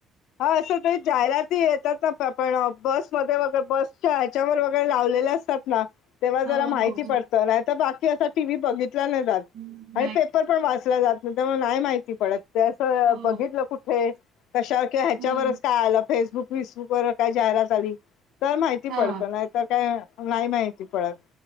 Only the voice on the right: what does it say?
हो,
हो, हो.
<inaudible>
हो.
हं.
हां.